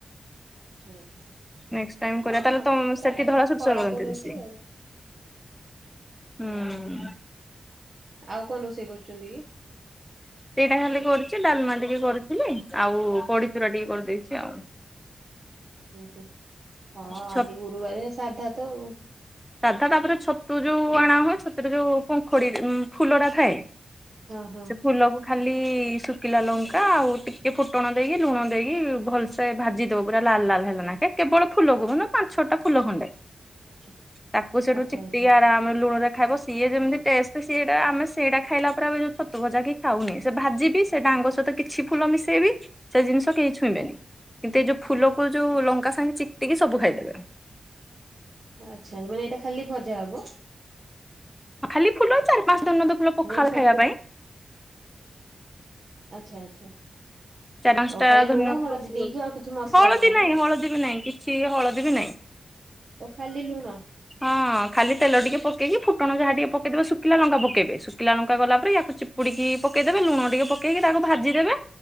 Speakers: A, on the right; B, in the centre.
A: ଆଚ୍ଛା ଆଚ୍ଛା
B: <inaudible> ନେକ୍ସଟ ଟାଇମ
A: ହଁ
B: କରିବା ତାହାଲେ ତମ
A: ପ୍ରାୟତଃ
B: ସେଠି ଧଳା ସୋରିଷ
A: କଳା
B: କରନ୍ତି ବେଶି?
A: ଆଉ।
B: ହୁଁ।
A: ଆଉ କଣ ରୋଷେଇ କରୁଛନ୍ତି କି?
B: ସେଇଟା ଖାଲି କରିଛି ଡାଲମା ଟିକେ କରିଥିଲି ଆଉ ବଡିଚୁରା ଟିକେ କରିଦେଇଛି ଆଉ।
A: ଉଁ ହୁଁ ହୁଁ ହଁ ଆଜି
B: ଛ
A: ଗୁରୁବାର ସାଧା ତ ଆଉ।
B: ସାଧା ତାପରେ ଛତୁ ଯୋଉ ଅଣା ହୁଏ ଛତୁରେ ଯୋଉ ପୁଖୁଡି ଫୁଲଟା ଥାଏ।
A: ହଁ ହଁ
B: ସେ ଫୁଲକୁ ଖାଲି ଶୁଖିଲା ଲଙ୍କା ଆଉ ଟିକେ ଫୁଟଣ ଦେଇକି ଲୁଣ ଦେଇକି ଭଲ ସେ ଭାଜିଦବ ପୁରା ଲାଲ ଲାଲ ହେଲା କେ କେବଳ ଫୁଲକୁୁ ନା ପାଞ୍ଚ ଛଅଟା ଫୁଲ ଖଣ୍ଡେ।
A: ଆଚ୍ଛା।
B: ତାକୁ ସେଠୁ
A: ଆଚ୍ଛା
B: ଚିପି
A: ଆଚ୍ଛା
B: ଆରାମରେ ଲୁଣରେ ଖାଇବ ସିଏ ଯେମିତି ଟେଷ୍ଟ ସେଟା ଆମେ ସେଇଟା ଖାଇଲା ପରେ ଆ ଯଉ ଛତୁ ଭଜା କି ଖାଉନି ସେ ଭାଜିବି ସେ ଡ଼ାଙ୍ଗ ସହିତ କିଛି ଫୁଲ ମିଶେଇବି ସେ ଜିନିଷ କେହି ଛୁଇଁବେନି। କିନ୍ତୁ ଏଇ ଯୋଉ ଫୁଲକୁ ଯଉଁ
A: ଆଚ୍ଛା
B: ଲଙ୍କା ସାଙ୍ଗେ ଚିକଟିକି ସବୁ ଖାଇଦେବେ।
A: ଆଚ୍ଛା ମାନେ ଏଇଟା ଖାଲି ଭଜା ହବ।
B: ଖାଲି ଫୁଲ ଚାର ପାଞ୍ଚ ନ ଦ ଫୁଲ ପଖାଳ
A: ମୁଁ କହିଲି ଛତୁଟା
B: ଖାଇବା ପାଇଁ
A: ଆଚ୍ଛା ଆଚ୍ଛା।
B: ଚାରି ପାଞ୍ଚଟା
A: ଓ ଖାଲି
B: ଧରିନିଅନ୍ତୁ
A: ଲୁଣ ହଳଦୀ ଦେଇକି ଆଉ କିଛି ମସଲା
B: ହଳଦୀ ନାହିଁ
A: ନା?
B: ହଳଦୀ ବି ନାହିଁ କିଛି ହଳଦୀ ବି ନାହିଁ।
A: ଓ ଖାଲି ଲୁଣ?
B: ହଁ। ହ ଖାଲି ତେଲ ଟିକେ ପକେଇକି ଫୁଟଣ ଯାହା ଟିକେ ପକାଇଦେବେ କ ଶୁିଖୀଲା ଲଙ୍କା ପକେଇବେ ଶୁଖିଲା ଲଙ୍କା ଗଲା ପରେ ଏହାକୁ ଚିପୁଡିକି ପକେଇଦେବେ ଲୁଣ ଟିକେ ପକେଇକି ତାକୁ ଭାଜିଦେବେ।